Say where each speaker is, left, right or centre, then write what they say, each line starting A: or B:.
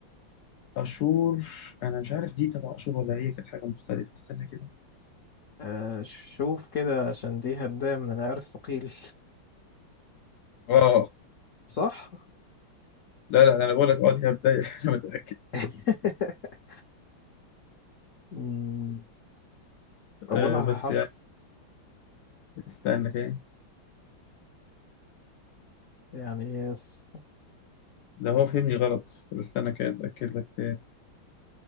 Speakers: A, on the left; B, on the left.
A: أشور أنا مش عارف دي تبع أشور ولا هي كانت حاجة مختلفة استنى كده
B: أه شوف كده عشان دي هدايا من العيار الثقيل
A: آه
B: صح
A: لا لا أنا بقول لك آه دي بداية <laughs> أنا متأكد
B: <laughs> مم. أولها
A: آه بس
B: حرف
A: يعني استنى كده
B: يعني هي س-
A: لا هو فهمني غلط طب استنى كده أتأكد لك تاني